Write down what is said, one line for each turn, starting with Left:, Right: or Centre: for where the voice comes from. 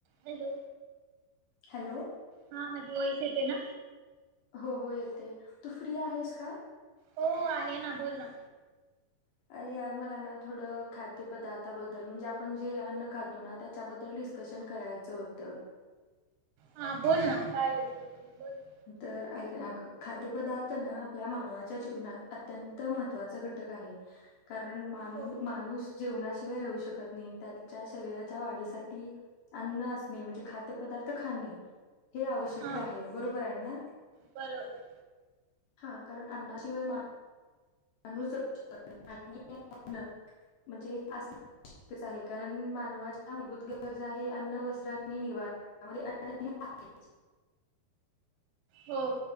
Right: Hello
Left: hello
Right: हा माझा आवाज येतोय ना?
Left: हो हो येतय तू फ्री आहेस का?
Right: हो आहे ना बोल ना
Left: अरे यार मला ना थोडं खाद्य पदार्थाबद्दल, म्हणजे आपण जे अन्न खातो ना त्याच्याबद्दल डिस्कशन करायचं होतं.
Right: हा बोल, ना काय रे तु बोल. ना.
Left: तर अयिक अ खाद्यपदार्थ ना आपल्या मानवाच्या जीवनात अत्यंत महत्त्वाचा घटक आहे कारण मानू
Right: हो
Left: माणूस जेवणाशिवाय राहू शकत नाही त्याच्या शरीराच्या वाढीसाठी अन्न असणे, म्हणजे खाद्य पदार्थ खाणे हे आवश्यक
Right: हा.
Left: आहे बरो बर आहे ना?
Right: बरोबर.
Left: हा कारण अन्ना शिवाय मा <unintelligible>
Right: हो!